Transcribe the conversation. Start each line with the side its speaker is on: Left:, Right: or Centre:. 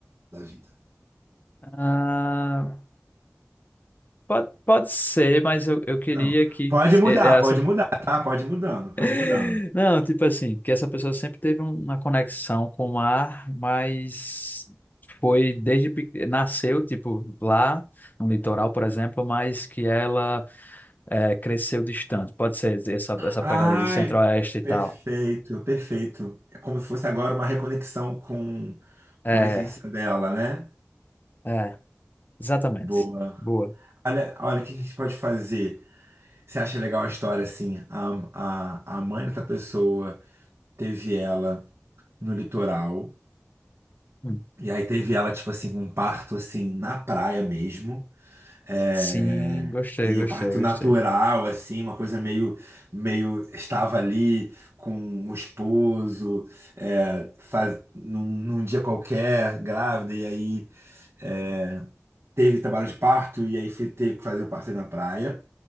Right: da vida.
Left: Ah, pode, pode ser, mas eu, eu queria
Right: Não,
Left: que
Right: pode mudar,
Left: eh, essa
Right: pode mudar, tá? Pode ir mudando, pode
Left: <laughs>
Right: ir mudando.
Left: Não, tipo assim, que essa pessoa sempre teve uma conexão com o mar, mas foi desde pequena, nasceu tipo lá no litoral, por exemplo, mas que ela é, cresceu distante. Pode ser essa, essa
Right: Ai,
Left: pegada de centro-oeste e
Right: perfeito,
Left: tal.
Right: perfeito. É como se fosse agora uma reconexão com, com
Left: É,
Right: a essência dela, né?
Left: é, exatamente.
Right: Boa.
Left: Boa.
Right: Olha, olha, o que a gente pode fazer? Você acha legal a história assim? A, a, a mãe da pessoa teve ela no litoral,
Left: Hum.
Right: e aí teve ela, tipo assim, com um parto assim na praia mesmo. É,
Left: Sim, gostei,
Right: e
Left: gostei,
Right: um parto
Left: gostei.
Right: natural, assim, uma coisa meio, meio estava ali com o esposo, é, faz, num, num dia qualquer, grávida, e aí é, teve trabalho de parto, e aí fe- teve que fazer o parto aí na praia.